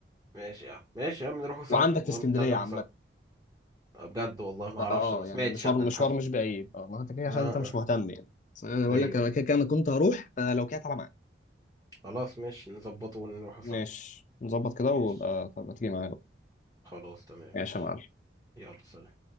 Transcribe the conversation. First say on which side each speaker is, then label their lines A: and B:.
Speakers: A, on the right; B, on the left.
A: ماشي يا عم ماشي يا عم نروحوا سوا
B: وعندك في
A: المهم
B: اسكندرية
A: احنا هنروحوا
B: عامة
A: سوا آه، بجد والله ما
B: فاه
A: اعرفش انا ما سمعتش
B: يعني مشوار
A: عن
B: مشوار
A: الحفل
B: مش بعيد اه ما انت كده عشان
A: اه
B: انت مش
A: اه
B: مهتم يعني بس انا بقول
A: ايوه
B: لك انا
A: ايوه
B: كده كده انا كنت هروح فلو كده تعالى معايا
A: خلاص ماشي نظبطه ونروحوا سوا
B: ماشي نظبط كده
A: ماشي
B: ويبقى طب ما تيجي معايا بقى
A: خلاص تمام
B: ماشي
A: ماشي
B: يا معلم
A: يلا سلام